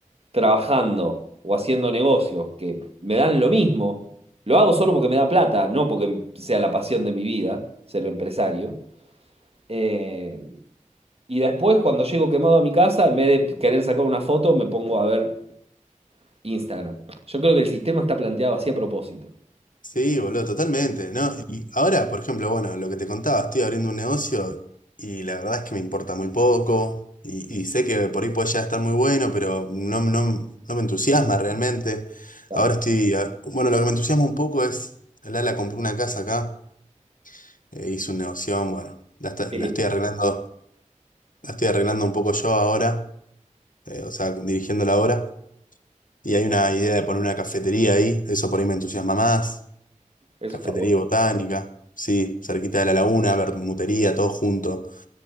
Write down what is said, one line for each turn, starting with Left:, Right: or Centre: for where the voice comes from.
Right: trabajando o haciendo negocios que me dan lo mismo, lo hago solo porque me da plata, no porque sea la pasión de mi vida, ser empresario. Eh, y después, cuando llego quemado a mi casa, en vez de querer sacar una foto, me pongo a ver Instagram. Yo creo que el sistema está planteado así a propósito.
Left: Sí, boludo, totalmente, ¿no? Y ahora, por ejemplo, bueno, lo que te contaba, estoy abriendo un negocio y la verdad es que me importa muy poco y, y sé que por ahí puede ya estar muy bueno, pero no, no, no me entusiasma realmente.
Right: Claro.
Left: Ahora estoy, a- bueno, lo que me entusiasma un poco es, Lala compró una casa acá, eh, hizo un negocio, bueno, la, está-
Right: Sí,
Left: la estoy arreglando, la estoy arreglando un poco yo ahora, eh, o sea, dirigiendo la obra y hay una idea de poner una cafetería ahí, eso por ahí me entusiasma más.
Right: eso
Left: Cafetería
Right: está bueno.
Left: y botánica, sí, cerquita de la laguna, bermutería, todo junto,